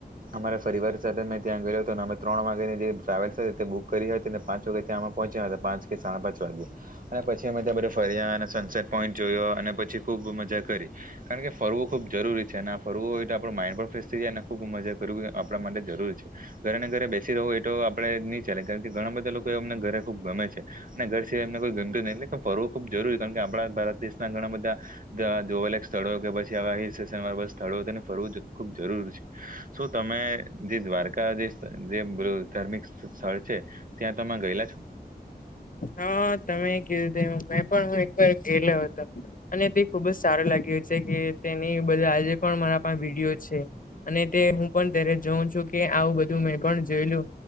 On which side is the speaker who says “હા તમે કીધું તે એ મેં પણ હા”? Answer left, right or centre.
Left